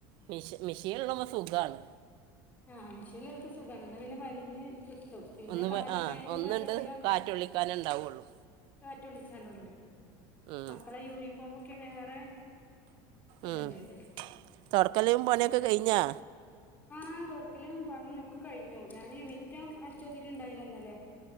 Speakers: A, on the right (about 45°); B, on the left (about 15°).
A: മിഷ മിഷ്യനിള്ളപ്പോ സുഖാണ്
B: ആ മിഷ്യണിള്ളപ്പോ സുഖാണ് അന്നാ പിന്നെ വലിഞ്ഞ് കിട്ടും പിന്നെ
A: ഒന്ന്
B: കാറ്റ്
A: വ- ആ
B: ഫാന്റെ
A: ഒന്നുണ്ട്
B: കാറ്റ് കിട്ടിയ
A: കാറ്റൊള്ളിക്കാനേ ഉണ്ടാവുള്ളൂ
B: കാറ്റ് കൊള്ളിക്കാനെള്ള ഇണ്ടാവും
A: ഉം,
B: മക്കളെ യൂണിഫോമക്കെ വേറെ വിടണ്ടത്
A: ഉം. തുടക്കലും പണിയൊക്കെ
B: അപ്പൊ
A: കഴിഞ്ഞാ
B: ആ തുൊടക്കലും പണിയ ഒക്കെ കഴിഞ്ഞു ഞാൻ വിറ്റാൻ അടുിച്ചൊരിട്ട്ുണ്ടായില്ല എന്നലെ